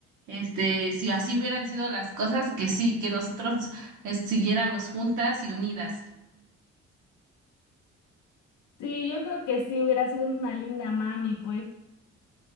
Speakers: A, on the right; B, on the left.
A: este, si así hubieran sido las cosas, que sí, que nosotros, eh, siguiéramos juntas y unidas.
B: Sí, yo creo que sí hubiera sido una linda mami, pues.